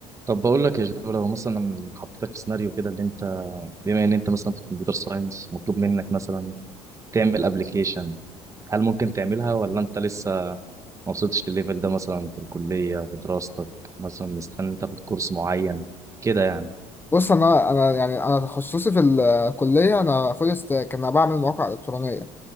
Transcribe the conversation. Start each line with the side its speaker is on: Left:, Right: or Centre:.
Right: طب بقول لك يا جو لو مثلا حطيتك في سيناريو كده اللي انت بما ان انت مثلا في الكمبيوتر ساينس مطلوب منك مثلا تعمل ابلكيشن هل ممكن تعملها ولا انت لسه ما وصلتش للليفل ده مثلا في الكلية في دراستك مثلا مستني تاخد كورس معين كده يعني
Left: بص انا انا يعني انا تخصصي في الكليه انا فول ستاك انا بعمل مواقع الكترونيه